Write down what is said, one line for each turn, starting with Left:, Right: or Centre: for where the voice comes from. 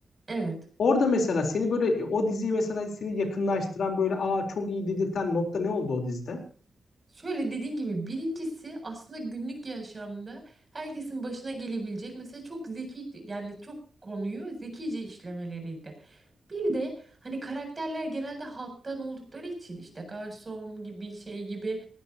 Right: Evet.
Left: Orada mesela seni böyle e, o diziyi mesela seni yakınlaştıran böyle aa çok iyi dedirten nokta ne oldu o dizide?
Right: Şöyle dediğin gibi birincisi aslında günlük yaşamda herkesin başına gelebilecek mesela çok zeki yani çok konuyu zekice işlemeleriydi. Bir de hani karakterler genelde halktan oldukları için işte garson gibi şey gibi